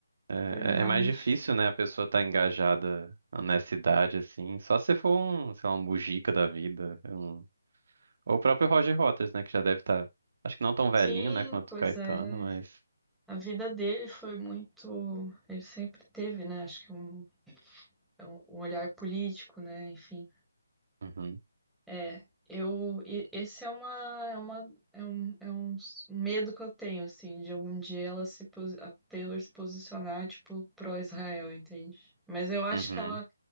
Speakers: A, in the centre; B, on the right (about 50°).
A: Verdade.
B: É é mais difícil, né? A pessoa tá engajada nessa idade, assim. Só se for um, sei lá, um Mujica da vida. um- Ou o próprio Roger Waters, né? Que já deve estar. Acho que não tão velhinho,
A: Sim,
B: né? Quanto
A: pois
B: o Caetano,
A: é.
B: mas.
A: A vida dele foi muito. Ele sempre teve, né? Acho que um, é um um olhar político, né? Enfim.
B: Uhum,
A: É, eu, e- esse é uma, é uma, é um, é um s- medo que eu tenho, assim, de algum dia ela se, posi- a Taylor se posicionar, tipo, pró-Israel, entende? Mas eu acho
B: uhum,
A: que ela,